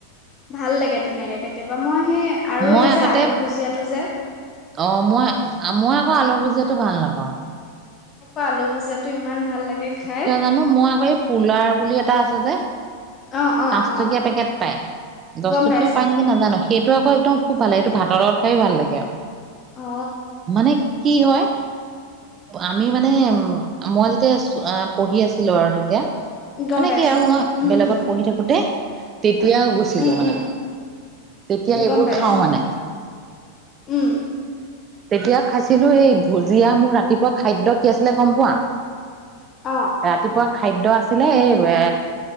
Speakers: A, on the left (about 30°); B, on the right (about 25°).
A: ভাল লাগে তেনেকে কেতিয়াবা। মই সেই আৰু
B: মই
A: এই যে
B: আগতে
A: আলু ভুজিয়াটো যে।
B: অ মই মই আকৌ আলু পুজাটো ভাল নাপাওঁ।
A: মোৰ পা আলু ভুজিয়াটো ইমান ভাল লাগে খাই
B: কিয় জানো মই আকৌ এই পুলাৰ বুলি এটা আছে যে?
A: অ অ
B: পাঁচটকীয়া
A: অ
B: পেকেট পায় দচ
A: গম
B: টকীয়াও
A: পাইছ
B: পায় নেকি নাজানো সেই। সেই টো আকৌ একদম খুব ভাল লাগে। সেই টো ভাতৰ লগ খাইও ভাল লাগে।
A: অ
B: মানে কি হয়। অ আমি মানে মই যেতিয়া পঢ়ি আছিলো আৰু তেতিয়া।
A: গম
B: মানে
A: পাইছ
B: কি আৰু মই
A: উম
B: বেলেগত।
A: উম
B: পঢ়ি থাকোঁতে। তেতিয়া গৈছিলো
A: উম
B: মানে
A: উম
B: তেতিয়া এইবোৰ
A: গম পাইছ
B: খাওঁ মানে
A: উম,
B: তেতিয়া খাইছিলো এই ভুজিয়া মোৰ ৰাতিপুৱা খাদ্য কি আছিলে গম পোৱা?
A: অ',
B: ৰাতিপুৱা খাই খাদ্যয আছিলে, এই এ